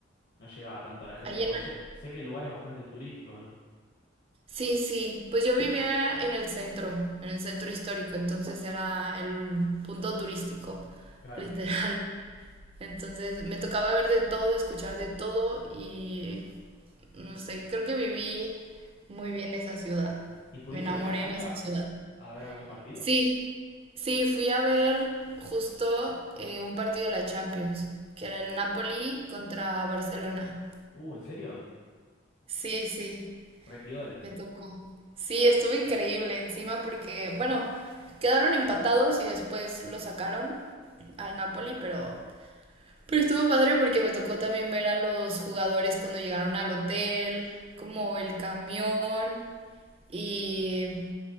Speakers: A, on the left (about 50°); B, on the right (about 30°).
A: no llegaba tanto a la gente?
B: Ahí
A: Porque
B: en-
A: yo sé que el lugar es bastante turístico, ¿no?
B: Sí, sí, pues yo vivía en el centro, en el centro histórico, entonces era el punto turístico, <laughs>
A: Claro.
B: literal. Entonces me tocaba ver de todo, escuchar de todo y no sé, creo que viví muy bien esa ciudad.
A: ¿Y pudiste
B: Me enamoré
A: ir a la cancha
B: en esa ciudad.
A: a ver algún partido?
B: Sí, sí, fui a ver justo eh, un partido de la Champions, que era el Napoli contra Barcelona.
A: Uh, ¿en serio?
B: Sí, sí,
A: Repiola.
B: me tocó. Sí, estuvo increíble encima porque, bueno, quedaron empatados y después lo sacaron al Napoli, pero Pero estuvo padre porque me tocó también ver a los jugadores cuando llegaron al hotel, como el camión y